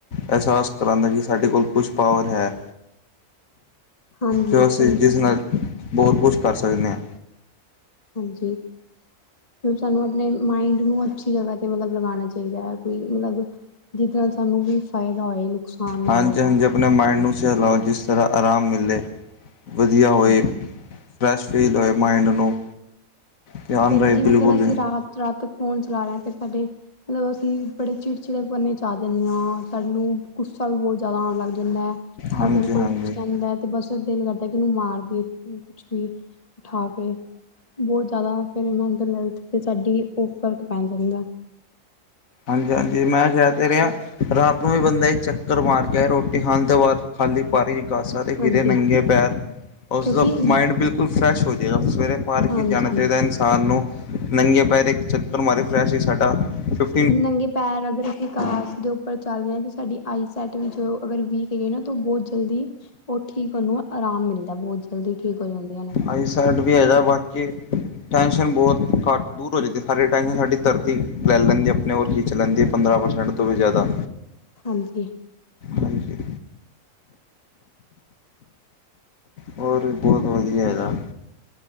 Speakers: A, on the left; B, on the left.
A: ਅਹਿਸਾਸ ਕਰਾਂਦਾ ਐ ਕਿ ਸਾਡੇ ਕੋਲ ਕੁਛ ਪਾਵਰ ਹੈ।
B: ਹਾਂਜੀ
A: ਜੋ ਅਸੀਂ
B: ਸਹੀ
A: ਜਿਸ
B: ਗੱਲ
A: ਨਾਲ
B: ਹੈ
A: ਬਹੁਤ ਕੁਝ ਕਰ ਸਕਦੇ ਆ।
B: ਹਾਂਜੀ ਜੋ ਸਾਨੂੰ ਆਪਣੇ ਮਾਈੰਡ ਨੂੰ ਮਤਲਬ ਲਗਾਉਣਾ ਚਾਹੀਦਾ ਹੈ ਕੋਈ ਮਤਲਬ, ਜਿਸ ਤਰਾਂ ਸਾਨੂੰ ਵੀ ਫ਼ਾਇਦਾ ਹੋਏ। ਨੁਕਸਾਨ ਨਾ
A: ਹਾਂਜੀ-ਹਾਂਜੀ
B: ਹੋਏ
A: ਆਪਣੇ ਮਾਇਂਡ ਨੂੰ ਸਹਿਲਾਓ, ਜਿਸ ਤਰ੍ਹਾਂ ਆਰਾਮ ਮਿਲੇ। ਵਧੀਆ ਹੋਏ
B: ਅੱਛਾ
A: ਫਰੈੱਸ਼ ਫੀਲ ਹੋਏ ਮਾਈਂਡ ਨੂੰ। ਧਿਆਨ
B: ਫਿਰ
A: ਰਹੇ
B: ਜਿਵੇਂ
A: ਬਿਲਕੁਲ
B: ਅਗਰ ਅਸੀਂ ਰਾਤ-ਰਾਤ ਤੱਕ ਫ਼ੋਨ ਚਲਾ ਰਏ ਆ, ਤੇ ਸਾਡੇ ਮਤਲਬ ਅਸੀਂ ਬੜੇ ਚਿੜਚਿੜੇ ਭਰਨ ਚ ਆ ਜਾਂਨੇ ਆ। ਸਾਨੂੰ ਗੁੱਸਾ ਵੀ ਬਹੁਤ ਜ਼ਿਆਦਾ ਆਉਣ ਲੱਗ ਜਾਂਦਾ ਐ
A: ਹਾਂਜੀ
B: ਅਗਰ ਕੋਈ
A: ਹਾਂਜੀ
B: ਕੁਛ ਕਹਿੰਦਾ ਐ ਤੇ ਬਸ ਦਿਲ ਕਰਦਾ ਕਿ ਓਨੂੰ ਮਾਰ ਦੇਈਏ ਕੁਛ ਵੀ ਉਠਾ ਕੇ ਬਹੁਤ ਜ਼ਿਆਦਾ ਫਿਰ ਮੈਂਟਲ ਹੈਲਥ ਤੇ ਸਾਡੀ ਬਹੁ ਫ਼ਰਕ ਪੈ ਜਾਂਦਾ।
A: ਹਾਂਜੀ-ਹਾਂਜੀ ਮੈਂ ਕਹਿ ਤੇ ਰਿਆ ਰਾਤ ਨੂੰ ਵੀ ਬੰਦੇ ਚੱਕਰ ਮਾਰ ਕੇ ਆਏ, ਰੋਟੀ ਖਾਣ ਤੋਂ ਬਾਅਦ ਖਾਲੀ ਪਾਰੀ ਗਾਸ ਫਿਰੇ
B: ਹਾਂਜੀ
A: ਨੰਗੇ ਪੈਰ, ਓਸਦਾ
B: ਕਿਉਂਕਿ
A: ਮਾਈੰਡ ਬਿਲਕਲ ਫ੍ਰੈਸ਼ ਹੋ ਜੇਗਾ। ਸਵੇਰੇ ਪਾਰਕ
B: ਹਾਂਜੀ
A: ਹੀ ਜਾਣਾ ਚਾਈਦਾ। ਇਨਸਾਨ ਨੂੰ ਨੰਗੇ ਪੈਰ ਇੱਕ ਚੱਕਰ ਮਾਰੇ ਫਰੈੱਸ਼ ਈ ਸਾਡਾ ਫਿਫ
B: ਨੰਗੇ ਪੈਰ ਅਗਰ ਇੱਕ ਆਸ ਦੇ ਉੱਪਰ ਚੱਲ ਰਹੇ ਹਾਂ। ਜੇ ਸਾਡੀ ਆਈਸਾਈਡ ਵੀ, ਜੋ ਅਗਰ ਵੀਕ ਹੈਗੀ ਨਾ ਤੋ ਬਹੁ ਜਲਦੀ ਓ ਠੀਕ ਓਨੂੰ ਆਰਾਮ ਮਿਲਦਾ ਬਹੁ ਜ਼ਿਆਦਾ। ਜਲਦੀ ਠੀਕ ਹੋ ਜਾਂਦੇ ਆ।
A: ਆਈ ਸੈਡ ਵੀ ਹੈਗਾ ਬਾਕੀ ਟੈਂਸ਼ਨ ਬਹੁਤ ਘੱਟ ਦੂਰ ਹੋ ਜਾਂਦੀ। ਸਾਰੀ ਟੈਂਸ਼ਨ ਸਾਡੀ ਧਰਤੀ ਲੈ ਲੈਂਦੀ ਆਪ ਆਪਣੇ ਹੋਰ ਕੀ ਚਲਾਂਦੀ ਹੈ। ਪੰਦਰਾਂ ਪਰਸੈਂਟ ਤੋਂ ਵੀ ਜ਼ਿਆਦਾ
B: ਹਾਂਜੀ।
A: ਹਾਂਜੀ ਹੋਰ ਬਹੁਤ ਵਧੀਆ ਹੈਗਾ।